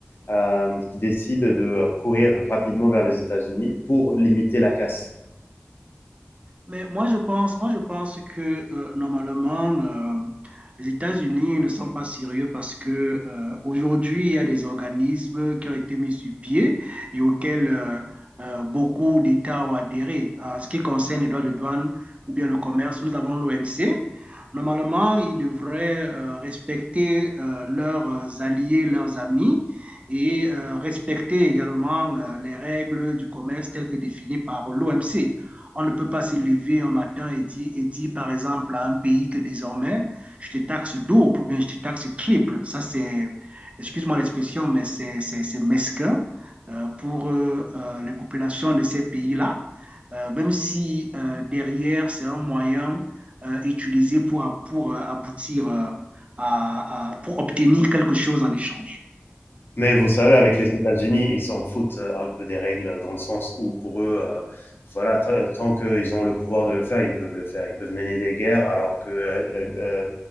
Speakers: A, on the left; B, on the right.
A: euh, qui décident de euh, courir rapidement vers les États-Unis pour limiter la casse.
B: Mais moi, je pense, moi, je pense que euh, normalement, euh, les États-Unis ne sont pas sérieux parce que euh, aujourd'hui, il y a des organismes qui ont été mis sur pied et auxquels euh, euh, beaucoup d'États ont adhéré. En ce qui concerne les droits de douane ou bien le commerce, nous avons l'OMC. Normalement, ils devraient euh, respecter euh, leurs alliés, leurs amis et euh, respecter également euh, les règles du commerce telles que définies par l'OMC. On ne peut pas se lever un matin et dire, et dire, par exemple, à un pays que désormais, je te taxe double ou bien je te taxe triple. Ça, c'est, excuse-moi l'expression, mais c'est, c'est, c'est mesquin euh, pour euh, euh, les populations de ces pays-là, euh, même si euh, derrière, c'est un moyen euh, utilisé pour, pour euh, aboutir euh, à, à, pour obtenir quelque chose en échange.
A: Mais vous savez, avec les États-Unis, ils s'en foutent euh, un peu des règles, dans le sens où pour eux, euh, voilà, t- tant qu'ils ont le pouvoir de le faire, ils peuvent le faire. Ils peuvent mener des guerres, alors que euh, euh,